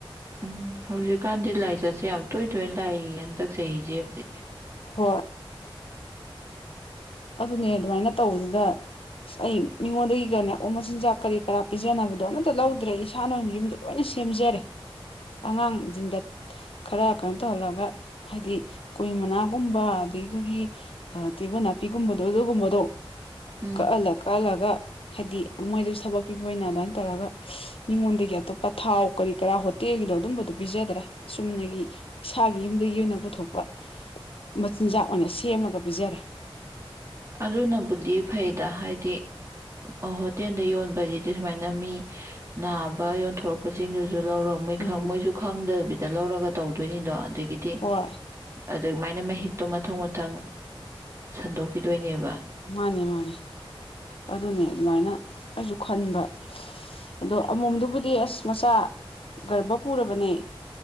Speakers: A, on the right; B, on the left.
A: ꯎꯝ ꯍꯧꯖꯤꯛꯀꯥꯟꯗꯤ ꯂꯥꯏꯆꯠꯁꯦ ꯌꯥꯝ ꯇꯣꯏ ꯇꯣꯏꯅ ꯂꯥꯛꯏ ꯍꯟꯗꯛ ꯆꯍꯤꯁꯤꯃꯗꯤ
B: ꯍꯣꯏ ꯑꯗꯨꯅꯦ ꯑꯗꯨꯃꯥꯏꯅ ꯇꯧꯕꯗꯨꯗ ꯑꯁ ꯑꯩ ꯃꯤꯉꯣꯟꯗꯒꯤꯒꯅꯦ ꯑꯣ ꯃꯆꯤꯟꯖꯥꯛ ꯀꯔꯤ ꯀꯔꯥ ꯄꯤꯖꯅꯕꯗꯣ ꯑꯃꯇ ꯂꯧꯗ꯭ꯔꯦ ꯏꯁꯥꯅ ꯑꯣꯏꯅ ꯌꯨꯝꯗ ꯂꯣꯏꯅ ꯁꯦꯝꯖꯔꯦ ꯑꯉꯥꯡꯁꯤꯡꯗ ꯈꯔ ꯀꯩꯅꯣ ꯇꯧꯍꯜꯂꯒ ꯍꯥꯏꯗꯤ ꯀꯨꯏ ꯃꯅꯥꯒꯨꯝꯕ ꯑꯗꯗꯒꯤ ꯑꯩꯈꯣꯏꯒꯤ ꯇꯕꯅꯥꯄꯤꯒꯨꯝꯕꯗꯣ ꯑꯗꯨꯒꯨꯝꯕꯗꯣ
A: ꯎꯝ
B: ꯀꯛꯍꯜꯂ ꯀꯛꯍꯜꯂꯒ ꯍꯥꯏꯗꯤ ꯃꯣꯏꯗꯁꯨ ꯊꯕꯛ ꯄꯤꯕ ꯑꯣꯏꯅ ꯑꯗꯨꯃꯥꯏꯅ ꯇꯧꯔꯒ ꯃꯤꯉꯣꯟꯗꯒꯤ ꯑꯇꯣꯞꯄ ꯊꯥꯎ ꯀꯔꯤ ꯀꯔꯥ ꯍꯣꯇꯦꯜꯒꯤꯗꯣ ꯑꯗꯨꯝꯕꯗꯣ ꯄꯤꯖꯗ꯭ꯔꯦ ꯆꯨꯝꯅꯒꯤ ꯏꯁꯥꯒꯤ ꯌꯨꯝꯗꯒꯤ ꯑꯣꯏꯅ ꯄꯨꯊꯣꯛꯄ ꯃꯆꯤꯟꯖꯥꯛ ꯑꯣꯏꯅ ꯁꯦꯝꯂꯒ ꯄꯤꯖꯔꯦ
A: ꯑꯗꯨꯅꯕꯨꯗꯤ ꯐꯩꯗ ꯍꯥꯏꯗꯤ ꯑꯣ ꯍꯣꯇꯦꯜꯗ ꯌꯣꯟꯕꯁꯤꯗꯤ ꯁꯨꯃꯥꯏꯅ ꯃꯤ ꯅꯥꯕ ꯌꯣꯟꯊꯣꯔꯛꯄꯁꯤꯡꯗꯨꯁꯨ ꯂꯧꯔꯣ ꯃꯣꯏ
B: ꯎꯝ
A: ꯈꯪ ꯃꯣꯏꯁꯨ ꯈꯪꯗꯕꯤꯗ ꯂꯧꯔꯒ ꯇꯧꯗꯣꯏꯅꯤꯗꯣ ꯑꯗꯒꯤꯗꯤ
B: ꯍꯣꯏ
A: ꯑꯗꯨꯃꯥꯏꯅ ꯃꯍꯤꯛꯇꯣ ꯃꯊꯪ ꯃꯊꯪ ꯁꯟꯗꯣꯛꯈꯤꯗꯣꯏꯅꯦꯕ
B: ꯃꯥꯅꯤ ꯃꯥꯅꯤ ꯑꯗꯨꯅꯦ ꯑꯗꯨꯃꯥꯏꯅ ꯑꯩꯁꯨ ꯈꯟꯕ ꯑꯗꯣ ꯑꯃꯣꯝꯗꯨꯕꯨꯗꯤ ꯑꯁ ꯃꯆꯥ ꯒꯔꯕ ꯄꯨꯔꯕꯅꯦ